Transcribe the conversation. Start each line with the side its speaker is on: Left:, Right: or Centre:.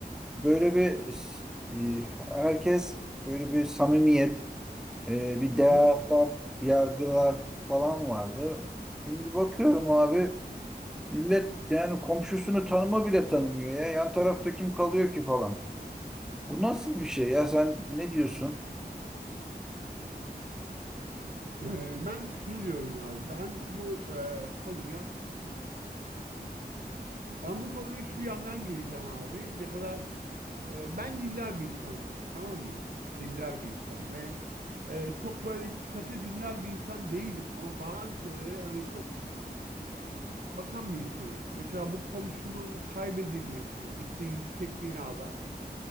Centre: böyle bir e, herkes böyle bir samimiyet ee, bir
Right: Hı
Centre: değerler,
Right: hı.
Centre: yargılar falan vardı. Şimdi bakıyorum abi millet yani komşusunu tanıma bile tanımıyor ya. Yan tarafta kim kalıyor ki falan. Bu nasıl bir şey ya sen ne diyorsun?
Right: Ee, ben şunu diyorum abi. Ben bu e, konuya ben bu konuya şu yandan gireceğim abi. Ne kadar e, ben dindar bir insanım. Tamam mı? Dindar bir insanım ve e, çok böyle katı dindar bir insan değilim ama bazı şeylere hani çok bakan bir insanım. Mesela bu komşuluğun kaybedilmesi, işte yüksek binalar.